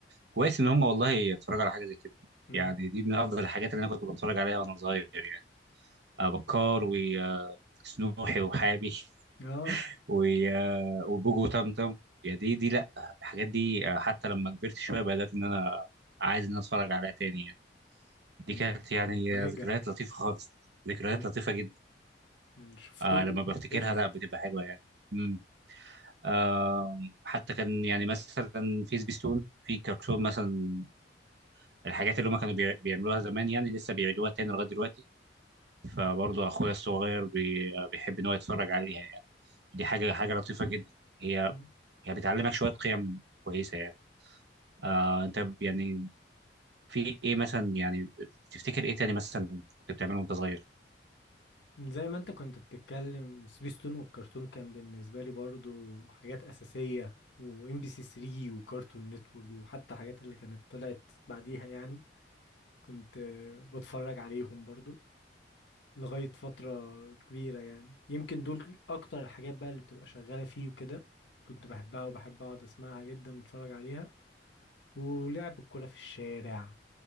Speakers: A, on the right; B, on the left.
A: كويس ان هم والله اتفرجوا على حاجه زي كده
B: امم
A: يعني دي من افضل الحاجات اللي انا كنت بتفرج عليها وانا صغير يعني آه بكار وسنوحي وحابي
B: اه
A: <laughs> و- آه، وبوجو وتمتم يا دي دي لا الحاجات دي آه، حتى لما كبرت شويه بدات ان انا عايز ان أنا اتفرج عليها تاني يعني
B: م-
A: دي كانت يعني
B: مبهجة
A: آه، ذكريات لطيفه خالص ذكريات
B: آه.
A: لطيفه جدا
B: يعني شفتهم
A: آه لما بفتكرها
B: فرحت
A: لا بتبقى حلوه يعني امم آه حتى كان يعني مثلا في سبيستون في كرتون مثلا الحاجات اللي هم كانوا بيع- بيعملوها زمان يعني لسه بيعيدوها تاني لغايه دلوقتي فبرضه اخويا الصغير بي بيحب ان هو يتفرج عليها يعني دي حاجه حاجه لطيفه جدا هي
B: م.
A: هي بتعلمك شويه قيم كويسه يعني آه انت يعني في ايه مثلا يعني تفتكر ايه تاني مثلا كنت بتعمله وانت صغير
B: زي ما انت كنت بتتكلم سبيستون والكرتون كان بالنسبة لي برضو حاجات أساسية وام بي سي 3 وكارتون نتورك وحتى حاجات اللي كانت طلعت بعديها يعني كنت آه، بتفرج عليهم برضو لغاية فترة كبيرة يعني يمكن دول أكتر الحاجات بقى اللي بتبقى شغالة فيه وكده كنت بحبها وبحب أقعد أسمعها جدا وأتفرج عليها ولعب الكورة في الشارع